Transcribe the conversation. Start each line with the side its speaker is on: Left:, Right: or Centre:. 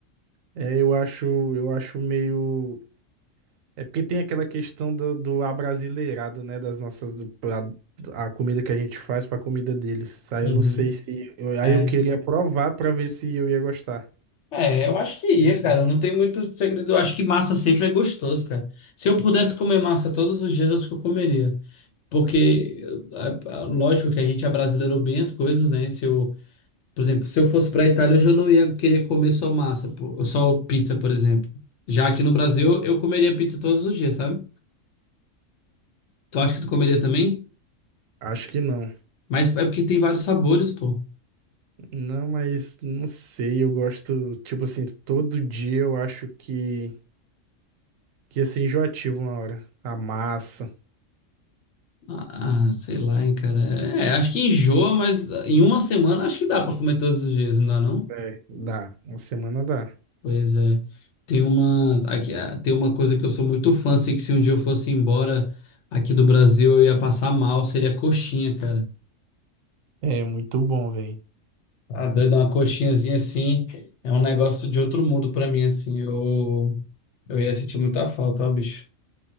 Right: é, eu acho, eu acho meio É porque tem aquela questão do, do abrasileirado, né? Das nossas. do- pra- a comida que a gente faz pra comida deles. Aí
Left: Uhum.
Right: eu não sei se. eu- aí
Left: É.
Right: eu queria provar pra ver se eu ia gostar.
Left: É, eu acho que ia, cara. Não tem muito segredo. Eu acho que massa sempre é gostoso, cara. Se eu pudesse comer massa todos os dias, eu acho que eu comeria. porque é, é, lógico que a gente abrasileirou bem as coisas, né? Se eu, por exemplo, se eu fosse para a Itália, eu já não ia querer comer só massa, pô, só pizza, por exemplo. Já aqui no Brasil, eu comeria pizza todos os dias, sabe? Tu acha que tu comeria também?
Right: Acho que não.
Left: Mas é porque tem vários sabores, pô.
Right: Não, mas não sei. Eu gosto. Tipo assim, todo dia eu acho que, que ia ser enjoativo uma hora. A massa.
Left: Ah, ah, sei lá, hein, cara. É, acho que enjoa, mas em uma semana acho que dá para comer todos os dias, não dá, não?
Right: É, dá. Uma semana dá.
Left: Pois é. Tem uma, aqui, ah, tem uma coisa que eu sou muito fã, assim, que se um dia eu fosse embora aqui do Brasil, eu ia passar mal, seria coxinha, cara.
Right: É muito bom, velho.
Left: Ah, doido, É uma coxinhazinha assim, é um negócio de outro mundo pra mim, assim. Eu, eu ia sentir muita falta, ó, bicho.